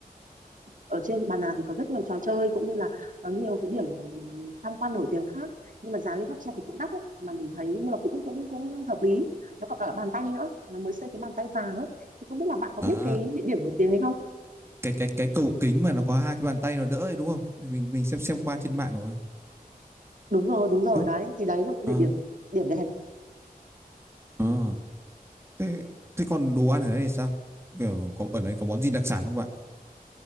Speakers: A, on the right (about 60°); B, on the right (about 15°).
A: ở trên Bà Nà thì có rất nhiều trò chơi cũng như là có nhiều cái điểm tham quan nổi tiếng khác nhưng mà giá lên cáp treo thì cũng đắt đấy mà mình thấy nhưng mà cũng cũng cũng hợp lý nó có cả bàn tay nữa nó mới xây cái bàn tay vàng ấy thì không biết là bạn có
B: Đó.
A: biết cái địa điểm nổi tiếng đấy không
B: cái cái cái cầu kính mà nó có hai cái bàn tay nó đỡ ấy, đúng không mình mình xem xem qua trên mạng rồi
A: đúng rồi đúng rồi
B: đúng
A: đấy thì đấy là địa
B: ờ
A: điểm điểm đẹp
B: ờ thế thế còn đồ ăn ở đây thì sao kiểu có ở đây có món gì đặc sản không bạn